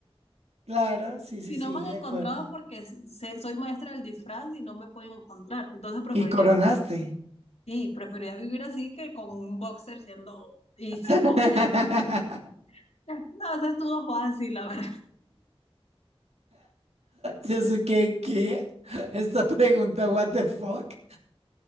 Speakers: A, on the right; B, on the left.
A: Claro, sí, sí,
B: Si
A: sí,
B: no me han encontrado
A: de acuerdo.
B: es porque se- soy maestra del disfraz y no me pueden encontrar. Entonces preferiría
A: Y coronaste.
B: vivir así. Sí, preferiría vivir así que con un boxer siendo y sin
A: <laughs>
B: comer. <laughs> No, eso estuvo fácil, la verdad.
A: Yo sé que, ¿qué? Esta pregunta, what the fuck?